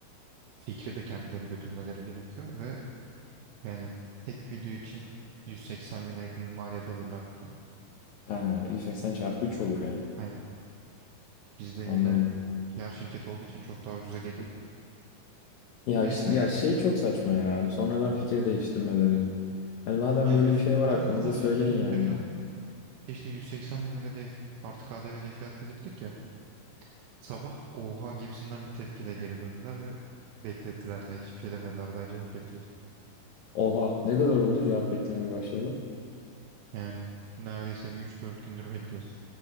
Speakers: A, on the right; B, on the left.
A: fikri de kendileri götürmeleri gerekiyor ve yani tek video için 180 bine yakın maliyet alırlar muhtemelen.
B: Ha, 180 çarpı 3 olur yani.
A: Aynen. Bizde yine
B: Anladım.
A: PR şirket olduğu için çok daha ucuza geliyor.
B: Ya,
A: Neyse
B: iş- ya
A: işte.
B: şey çok saçma ya. Hani sonradan fikir değiştirmeleri. Hani madem
A: Hani
B: böyle
A: bir fi-
B: bir şey var
A: hem
B: aklınızda
A: o kadar
B: söyleyin
A: fikir değiştirirler.
B: yani.
A: İşte 180 bin lira diye artık KDV diye fiyat belirttik ya. Sabah oha gibisinden bir tepkiyle geri döndüler ve beklettiler. Yani hiçbir şey demediler daha cevap bekliyoruz.
B: Oha ne kadar oldu cevap beklemeye başladı.
A: Yani neredeyse bir üç dört gündür bekliyoruz.